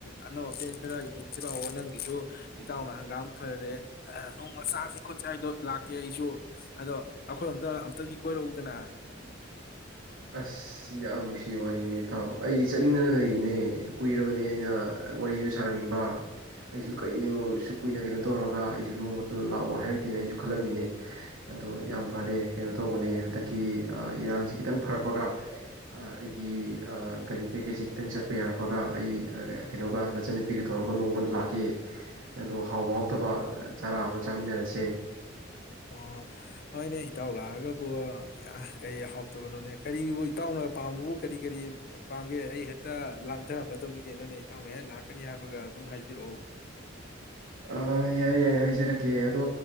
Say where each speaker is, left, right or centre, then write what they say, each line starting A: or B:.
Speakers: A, on the left; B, on the right.
A: ꯑꯅꯧ ꯑꯄꯦꯟ ꯈꯔ ꯌꯦꯡꯖꯤꯂꯥꯑꯣ ꯅꯪꯒꯤꯁꯨ ꯏꯇꯥꯎꯅ ꯍꯪꯒꯥꯝ ꯐꯔꯦ ꯑꯍ ꯅꯣꯡꯃ ꯆꯥꯥꯁꯦ ꯈꯣꯠꯁꯦ ꯍꯥꯏꯗꯣ ꯂꯥꯛꯀꯦ ꯑꯩꯁꯨ ꯑꯗꯣ ꯑꯩꯈꯣꯏꯔꯣꯝꯗ ꯑꯝꯇꯗꯤ ꯀꯣꯏꯔꯛꯎꯗꯅ꯫
B: ꯑꯁ ꯌꯥꯝ ꯅꯨꯡꯁꯤꯕ ꯋꯥꯔꯤꯅꯦ ꯏꯇꯥꯎ ꯑꯩꯗꯤ ꯆꯠꯅꯤꯡꯗꯅ ꯂꯩꯔꯤꯅꯦ꯫ ꯀꯨꯏꯔꯕꯅꯦ ꯑꯩꯅ ꯋꯥꯔꯤꯁꯨ ꯁꯥꯟꯅꯅꯤꯡꯕ꯫ ꯑꯩꯁꯨ ꯀꯩꯅꯣ ꯁꯨꯛ ꯀꯨꯏꯅ ꯀꯩꯅꯣ ꯇꯧꯔꯒ ꯑꯩꯁꯨ ꯅꯣꯡꯃꯇ ꯂꯥꯛꯑꯣ ꯍꯥꯏꯔꯛꯇꯦꯅ ꯑꯩꯁꯨ ꯈꯜꯂꯝꯃꯤꯅꯦ ꯑꯗꯣ ꯌꯥꯝ ꯐꯔꯦ ꯀꯩꯅꯣ ꯇꯧꯕꯅꯦ ꯍꯟꯗꯛꯀꯤ ꯑꯥ ꯏꯔꯥꯡꯁꯦ ꯈꯤꯇꯪ ꯐꯔꯛꯄꯒ ꯑꯩꯒꯤ ꯑꯥ ꯒꯥꯔꯤ ꯀꯩꯀꯩꯁꯦ ꯈꯤꯇꯪ ꯆꯠꯄ ꯌꯥꯔꯛꯄꯒ ꯑꯩ ꯑꯥ ꯀꯩꯅꯣꯒ ꯅꯆꯟꯅꯨꯄꯤꯒ ꯇꯧꯔꯒ ꯅꯣꯡꯃ ꯂꯥꯛꯀꯦ ꯑꯗꯣ ꯍꯥꯎꯕ ꯍꯥꯎꯊꯕ ꯆꯥꯔꯥ ꯑꯃ ꯆꯥꯃꯤꯟꯅꯔꯁꯦ꯫
A: ꯑꯣ ꯍꯣꯏꯅꯦ ꯏꯇꯥꯎ ꯂꯥꯛꯑꯒꯕꯨ ꯀꯩ ꯍꯥꯎꯇꯕꯅꯣꯅꯦ ꯀꯔꯤꯕꯨ ꯏꯇꯥꯎꯅ ꯄꯥꯝꯕꯕꯨ ꯀꯔꯤ ꯀꯔꯤ ꯄꯥꯝꯒꯦ ꯑꯩ ꯍꯦꯛꯇ ꯂꯥꯡꯊꯔꯝꯃꯗꯝꯅꯤ ꯀꯩꯅꯣꯅꯦ ꯏꯇꯥꯎꯅ ꯍꯦꯛ ꯂꯥꯛꯀꯅꯤ ꯍꯥꯏꯕꯒ ꯑꯗꯨꯝ ꯍꯥꯏꯕꯤꯔꯛꯑꯣ꯫
B: ꯑꯥ ꯌꯥꯏ ꯌꯥꯏ ꯍꯥꯏꯖꯔꯛꯀꯦ ꯑꯗꯣ